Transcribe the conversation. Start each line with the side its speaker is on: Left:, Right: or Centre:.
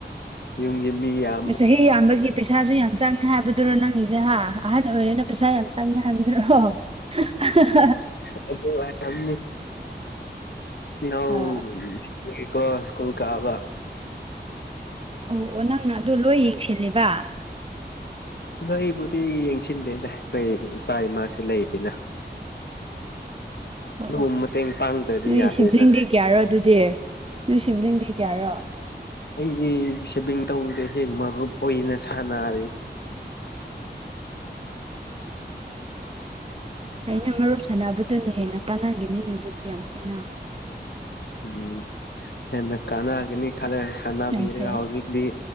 Left: ꯖ꯭ꯌꯨꯝꯒꯤ ꯃꯤ ꯌꯥꯝ
Right: ꯃꯦ ꯆꯍꯤ ꯌꯥꯝꯕꯒꯤ ꯄꯩꯁꯥꯁꯨ ꯌꯥꯝ ꯆꯪꯅꯤ ꯍꯥꯏꯕꯗꯨꯔ ꯅꯪꯒꯤꯖꯦ ꯍꯥ ꯑꯍꯟ ꯑꯣꯏꯔꯦꯅ ꯄꯩꯁꯥ ꯌꯥꯝ ꯆ__ ꯑꯪ ꯍꯥꯏꯕꯗꯨ ꯔ꯭ꯣꯍ ꯍꯥ ꯍ ꯑꯍ
Left: ꯑꯩꯈꯣꯏ ꯋꯥ ꯍꯥꯏ ꯔꯝꯅꯤ ꯄꯤꯅꯥꯎꯎꯜ
Right: ꯑ
Left: ꯀꯨꯏꯔꯦꯀꯣ ꯁ꯭ꯀꯨꯜ ꯀꯥꯕ
Right: ꯑꯧ ꯑꯣ ꯅꯪꯅ ꯑꯗꯨ ꯂꯣꯏ ꯌꯦꯡꯁꯤꯜꯂꯤꯕ
Left: ꯂꯣꯏꯕꯨꯗꯤ ꯌꯦꯡꯁꯤꯟꯗꯦꯗ ꯀꯣꯏ ꯏꯄꯥ ꯏꯃꯥꯁꯨ ꯂꯩ ꯏꯅ
Right: ꯑꯣ
Left: ꯑꯗꯨꯕꯨ
Right: ꯑꯣ
Left: ꯃꯇꯦꯡ ꯄꯥꯡꯗ꯭ꯔꯗꯤ
Right: ꯅꯣꯏ
Left: ꯌꯥꯗꯦꯅ
Right: ꯁꯤꯚꯤꯂꯤꯡꯗꯤ ꯀ꯭ꯌꯥꯔꯥ ꯑꯗꯨꯗꯤ ꯅꯣꯏ ꯁꯤꯚꯤꯂꯤꯡꯗꯤ ꯀꯌꯥꯔꯣ
Left: ꯑꯩꯗꯤ ꯁꯦꯚꯤꯡ ꯇꯧꯗꯦ ꯍꯦ ꯃꯔꯨꯞ ꯑꯣꯏꯅ ꯁꯥꯟꯅꯔꯤꯡ
Right: ꯑꯩꯅ ꯃꯔꯨꯞ ꯁꯥꯟꯅꯕꯗꯨꯅ ꯍꯦꯟꯅ ꯀꯥꯟꯅꯒ꯭ꯤꯕꯅꯤꯅꯦ ꯑꯗꯨ ꯗꯤ ꯌꯥꯝ ꯐꯩꯅ
Left: ꯎꯝ ꯍꯦꯟꯅ ꯀꯥꯟꯅꯒꯅꯤ ꯈꯜꯂꯒ ꯁꯥꯟꯅꯕꯤꯔꯒ
Right: ꯌꯥꯝ ꯐꯩꯌꯦ
Left: ꯍꯧꯖꯤꯛꯗꯤ